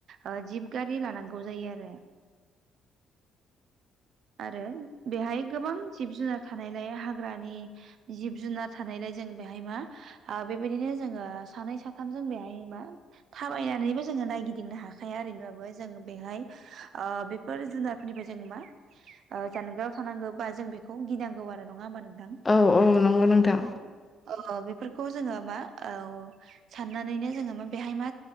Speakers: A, on the right; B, on the left.
A: ओ जिब गारि लानांगौ जायो आरो। आरो बेहाय गोबां जिब जुनार थानायलाय हाग्रानि जिब जुनार थानायलाय जों बेहाय मा बेबायदिनो जोङो सानै साथाम जों बेहाय मा थाबायनानैबो जोङो नायगिदिंनो हाखाया ओरैब्लाबो जों बेहाय ओ बेफोर जुनारफोरनिफ्राय जों मा जानगाराव थानांगौ बा जों बेखौ गिनांगौ आरो नङा होमबा नोंथां।
B: औ औ नंगौ नोंथां।
A: औ ओ बेफोरखौ जोङो मा औ साननानैनो जोङो मा बेहाय मा